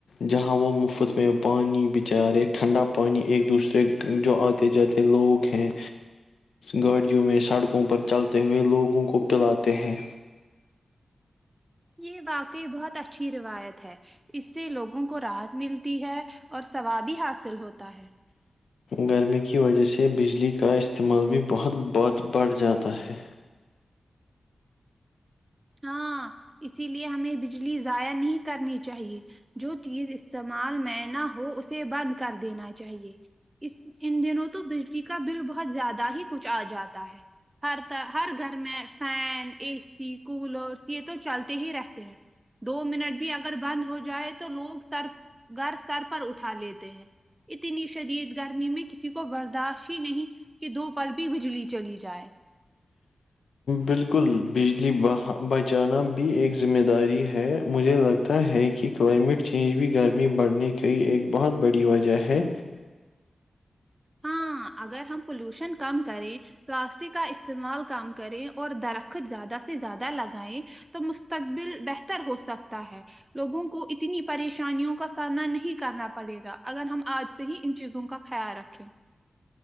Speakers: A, on the left; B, on the right.
A: جہاں وہ مفت میں پانی بچارے ٹھنڈا پانی ایک دوسرے جو آتے جاتے لوگ ہیں گاڑیوں میں سڑکوں پر چلتے ہوئے لوگوں کو پلاتے ہیں
B: یہ واقعی بہت اچھی روایت ہے اس سے لوگوں کو راحت ملتی ہے اور ثواب بھی حاصل ہوتا ہے
A: گرمی کی وجہ سے بجلی کا استعمال بھی بہت بت بڑھ جاتا ہے
B: ہاں اسی لیے ہمیں بجلی ضائع نہیں کرنی چاہیے جو چیز استعمال میں نہ ہو اسے بند کر دینا چاہیے اس ان دنوں تو بجلی کا بل بہت زیادہ ہی کچھ آ جاتا ہے ہر ط ہر گھر میں فین اے سی کولرس یہ تو چلتے ہی رہتے ہیں دو منٹ بھی اگر بند ہو جائے تو لوگ سر گھر سر پر اٹھا لیتے ہیں اتنی شدید گرمی میں کسی کو برداشت ہی نہیں کہ دو پل بھی ہی بجلی چلی جائے
A: بالکل بجلی بچانا بھی ایک ذمہ داری ہے مجھے لگ ہے کہ کلائمیٹ چینج بھی گرمی بڑھنے کی ایک بہت بڑی وجہ ہے
B: ہاں اگر ہم پولوشن کم کریں پلاسٹک کا استعمال کام کریں اور درخت زیادہ سے زیادہ لگائیں تو مستقبل بہتر ہو سکتا ہے لوگوں کو اتنی پریشانیوں کا سامنا نہیں کرنا پڑے گا اگر ہم آج سے ہی ان چیزوں کا خیال رکھیں